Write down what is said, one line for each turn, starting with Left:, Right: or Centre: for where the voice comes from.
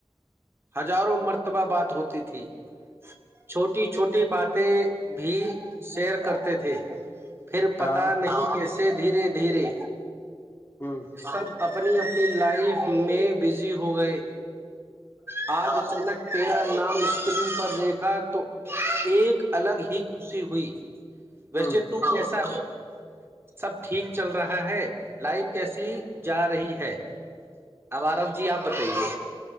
Right: ہزاروں مرتبہ بات ہوتی تھی چھوٹی چھوٹی باتیں بھی شیئر کرتے تھے پھر
Left: ہاں
Right: پتا نہیں کہ سے دھیرے دھیرے
Left: ہوں
Right: سب اپنی اپنی لائف میں بزی ہو گئے ہاں جلہ تیرا نام اسکرین پر دیکھا تو ایک الگ ہی خوشی ہوئی ویسے
Left: ہ
Right: تو کیسا ہے سب ٹھیک چل رہا ہے لائف کیسی جا رہی ہے اب آارف جی آپ بتائیے